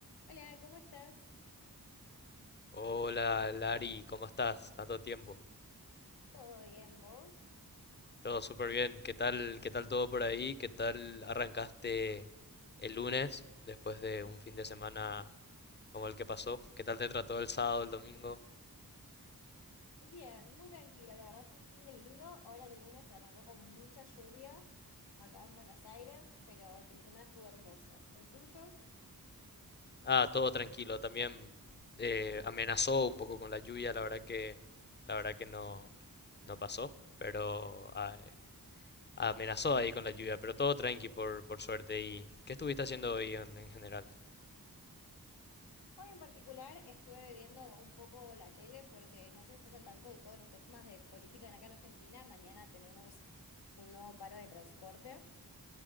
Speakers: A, on the left; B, on the left.
A: Hola, ¿cómo estás?
B: Hola, Lari, ¿cómo estás? Tanto tiempo.
A: ¿Todo bien, vos?
B: Todo súper bien. ¿Qué tal, qué tal todo por ahí? ¿Qué tal arrancaste el lunes después de un fin de semana como el que pasó? ¿Qué tal te trató el sábado, el domingo?
A: Bien, muy tranquilo, la verdad fue un fin de lindo. Ahora el lunes arrancó con mucha lluvia acá en Buenos Aires, pero el fin de semana estuvo hermoso. ¿El tuyo?
B: Ah, todo tranquilo. También eh, amenazó un poco con la lluvia. La verdad que, la verdad que no, no pasó, pero ah, eh, amenazó ahí con la lluvia. Pero todo tranqui por, por suerte. ¿Y qué estuviste haciendo hoy en en general?
A: Hoy en particular estuve viendo un poco la tele porque no sé si estás al tanto de todos los temas de política en acá en Argentina. Mañana tenemos un nuevo paro de transporte,